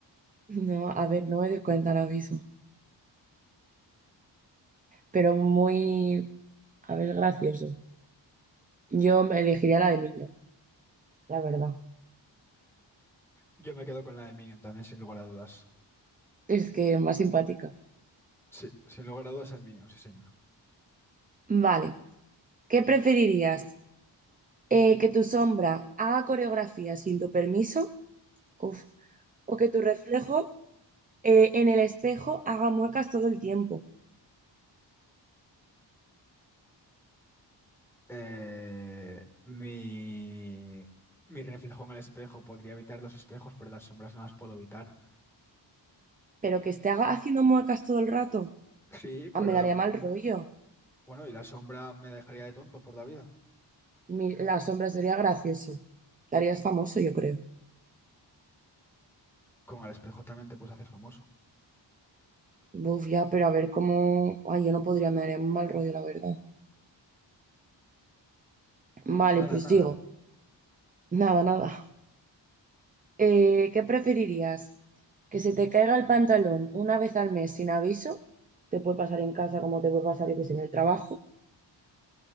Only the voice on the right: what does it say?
No, a ver, no me doy cuenta ahora mismo. Pero muy, a ver, gracioso. Yo me elegiría la de minion, la verdad.
Es que más simpática.
Vale. ¿Qué preferirías? Eh, ¿que tu sombra haga coreografía sin tu permiso? Uf. ¿O que tu reflejo eh, en el espejo haga muecas todo el tiempo?
Pero que esté haga- haciendo muecas todo el rato,
ah,
me daría
mal rollo.
Mi- la sombra sería gracioso. darías famoso, yo creo.
Buf, ya, pero a ver cómo. Ay, yo no podría, me daría un mal rollo, la verdad. Vale,
pues
digo, nada, nada. Eh, ¿qué preferirías? ¿Que se te caiga el pantalón una vez al mes sin aviso? Te puede pasar en casa como te puede pasar, yo que sé, en el trabajo.